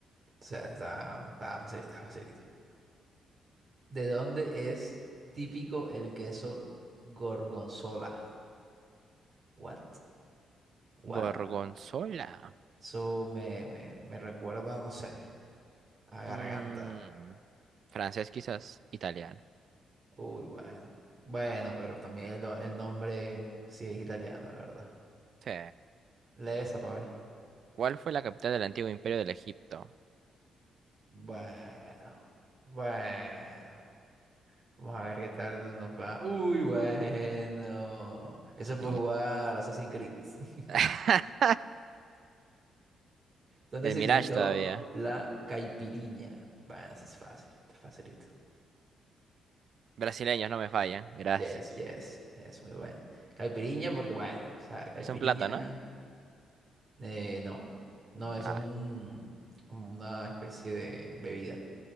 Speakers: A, on the right; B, on the right.
A: O sea, está, está facilito, está facilito. ¿De dónde es típico el queso gorgonzola? What? What?
B: Gorgonzola.
A: Eso me, me, me recuerda, no sé, a garganta.
B: Mm, francés, quizás. Italiano.
A: Uy, bueno. Bueno, pero también el, o- el nombre sí es italiano, la verdad.
B: Sí.
A: Lee esa para ver.
B: ¿Cuál fue la capital del antiguo imperio del Egipto?
A: Bueno. Bueno. Vamos a ver qué tal nos va. Uy, bueno. Eso es por
B: Y-
A: jugar Assassin's Creed. <laughs>
B: <laughs>
A: ¿Dónde
B: El
A: se
B: Mirage
A: inventó
B: todavía.
A: la caipiriña? Bueno, eso es fácil, está facilito.
B: Brasileños no me fallan. Gracias.
A: Yes, yes, es muy bueno. Caipiriña, porque bueno, o sea, caipiriña,
B: Es un plátano.
A: eh, no, no, eso
B: Ah,
A: es un, como una especie de bebida.